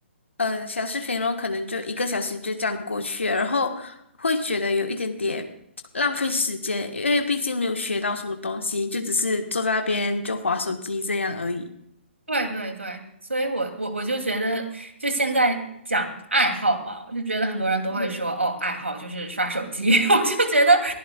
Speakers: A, on the left; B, on the right.
A: 嗯、呃小视频，然后可能就一个小时就这样过去了，然后会觉得有一点点浪费时间，因为毕竟没有学到什么东西，就只是坐在那边就划手机这样而已。
B: 对对对，所以我我我就觉得，就现在讲爱好嘛，我就觉得很多人都会说，
A: 嗯
B: 哦，爱好就是刷手机，<laughs> 我就觉得，